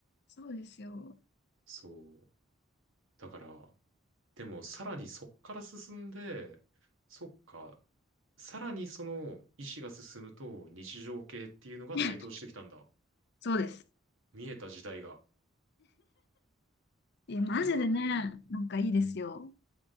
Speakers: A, on the left; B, on the right.
A: そうですよ。
B: そう。だから、でもさらにそっから進んで、そっか、さらにその意思が進むと日常系っていうのが台頭してきたんだ。
A: <laughs> そうです。
B: 見えた時代が。
A: いや、
B: なるほどね。
A: マジでね、なんかいいですよ。
B: うん。